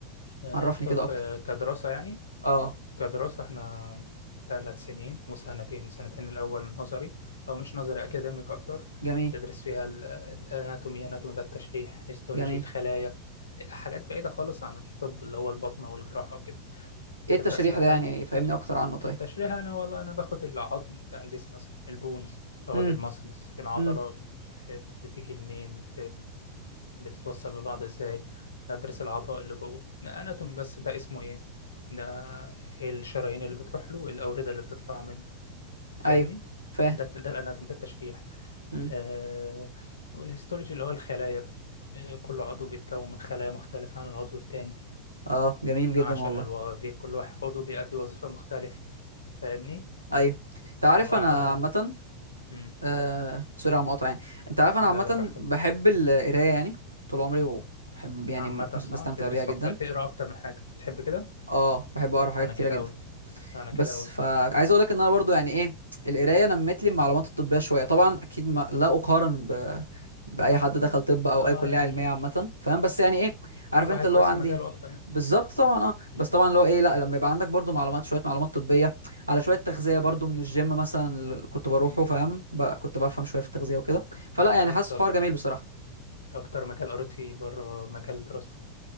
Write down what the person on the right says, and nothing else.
وعرفني
كده أكتر
أه
جميل
جميل
إيه التشريح
ده
يعني فهمني أكتر عنه طيب
امم
امم
أيوه فاهم
امم
أه جميل جدا
والله
أيوه أنت عارف
أنا
عامة
آه سوري على المقاطعة يعني انت عارف انا عامة
بحب القراية يعني طول عمري وبحب يعني
مس-
بستمتع
بيها جدا
اه بحب اقرا حاجات
كتيرة
جدا
بس
فعايز اقول لك ان انا برضو يعني ايه القرايه نمت لي المعلومات الطبيه شويه طبعا اكيد ما لا اقارن ب... باي
حد
دخل
طب او
اي كليه
علميه عامه فاهم بس يعني ايه عارف
انت
اللي
هو عندي
بالظبط طبعا اه
بس طبعا اللي هو ايه لا لما يبقى عندك برضو معلومات شويه معلومات طبيه على شويه تغذيه برضو من الجيم مثلا اللي كنت بروحه
فاهم ب... كنت بفهم شويه في التغذيه وكده فلا
يعني
حاسس حوار جميل بصراحه